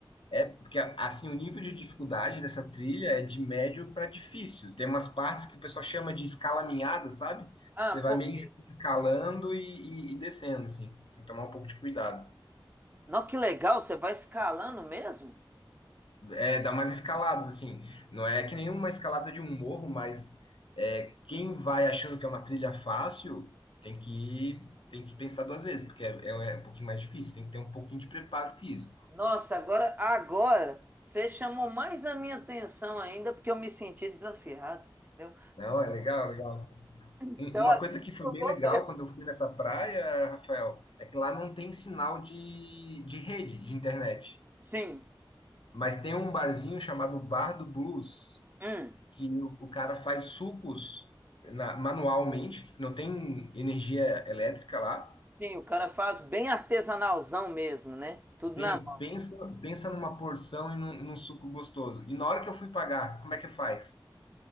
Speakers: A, on the left; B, on the right.
A: É, porque assim, o nível de dificuldade dessa trilha é de médio para difícil. Tem umas partes que o pessoal chama de escalaminhada, sabe?
B: Ah,
A: Que você vai
B: por
A: meio
B: quê?
A: que escalando e, e- e descendo, assim. Tem que tomar um pouco de cuidado.
B: Não, que legal, você vai escalando mesmo?
A: É, dá umas escaladas, assim. Não é que nenhuma escalada de um morro, mas é, quem vai achando que é uma trilha fácil tem que, tem que pensar duas vezes, porque é, é um pouquinho mais difícil, tem que ter um pouquinho de preparo físico.
B: Nossa, agora, agora, você chamou mais a minha atenção ainda porque eu me senti desafiado, entendeu?
A: Não, é legal, legal.
B: Então
A: Um- Uma
B: agora
A: coisa que foi
B: eu
A: bem
B: vou
A: legal
B: mesmo.
A: quando eu fui nessa praia, Rafael, é que lá não tem sinal de, de rede, de internet.
B: Sim.
A: Mas tem um barzinho chamado Bar do Blues,
B: Hum.
A: que o, o cara faz sucos na- manualmente, não tem energia elétrica lá.
B: Sim, o cara faz bem artesanalzão mesmo, né? Tudo
A: Bem,
B: na mão.
A: pensa, pensa numa porção e num, num suco gostoso. E na hora que eu fui pagar, como é que faz?